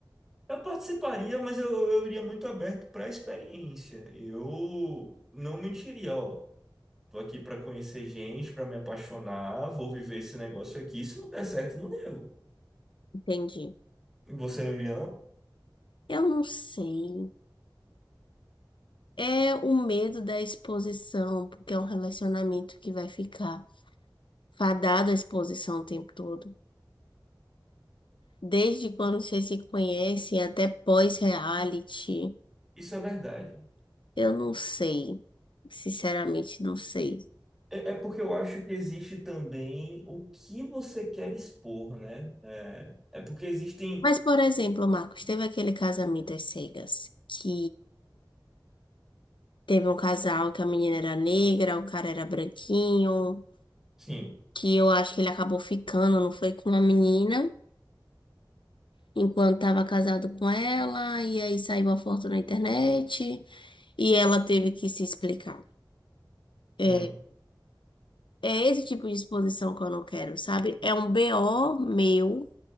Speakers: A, in the centre; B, on the left.
A: Eu participaria, mas eu, eu iria muito aberto para a experiência. Eu não mentiria, ó. Tô aqui para conhecer gente, para me apaixonar, vou viver esse negócio aqui. Se não der certo, não deu.
B: Entendi.
A: E Você não iria, não?
B: Eu não sei. É o medo da exposição, porque é um relacionamento que vai ficar fadado à exposição o tempo todo. Desde quando vocês se conhecem até pós-reality,
A: Isso é verdade.
B: eu não sei. Sinceramente, não sei.
A: É, é porque eu acho que existe também o que você quer expor, né? É, é porque existem,
B: Mas, por exemplo, Marcos, teve aquele casamento às cegas, que teve um casal que a menina era negra, o cara era branquinho,
A: sim,
B: que eu acho que ele acabou ficando, não foi com a menina, enquanto estava casado com ela, e aí saiu a foto na internet, e ela teve que se explicar. É,
A: hum,
B: É esse tipo de exposição que eu não quero, sabe? É um BO meu